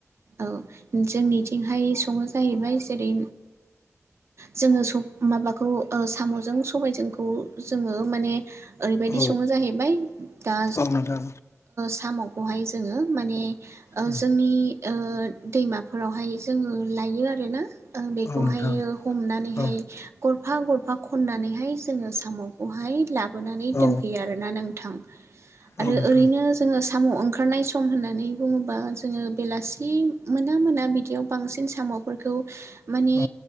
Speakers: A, on the right; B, on the left.
A: औ जोंनिथिंहाय सङो जाहैबाय जेरै जोङो माबाखौ साम'जों सबायजोंखौ जोङो माने ओरैबायदि
B: औ
A: सङो जाहैबाय दा
B: औ नोंथां
A: सामावखौहाय जोङो माने
B: उम
A: जोंनि दैमाफोरावहाय जोङो लायो आरो ना बेखौहाय
B: औ नोंथां
A: हमनानैहाय
B: औ
A: ग गरफा गरफा खननानैहाय जोङो साम'खौहाय लाबोनानै
B: औ
A: दोनफैयो आरोना नोंथां
B: औ
A: आरो
B: नोंथां
A: ओरैनो जोङो साम' ओंखारनाय सम होननानै बुङोबा जोङो बेलासि मोना मोना बिदियाव बांसिन साम'फोरखौ माने
B: औ